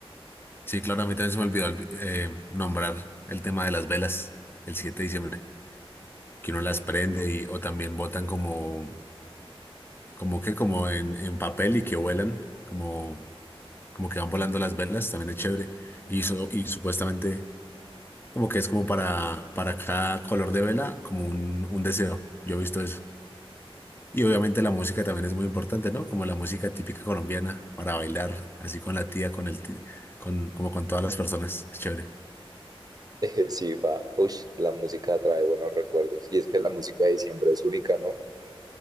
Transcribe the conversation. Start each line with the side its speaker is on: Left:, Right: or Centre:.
Left: Sí, claro, a mí también se me olvidó olvi- eh, nombrar el tema de las velas el 7 de diciembre, que uno las prende y, o también botan como, como que, como en, en papel y que vuelan, como como que van volando las velas, también es chévere. Y, so- y supuestamente como que es como para, para cada color de vela, como un, un deseo. Yo he visto eso. Y obviamente la música también es muy importante, ¿no? Como la música típica colombiana para bailar, así con la tía, con el ti- con, como con todas las personas. Es chévere.
Right: Eh, Sí, va. Ush, la música trae buenos recuerdos. Y es que la música de diciembre es única, ¿no?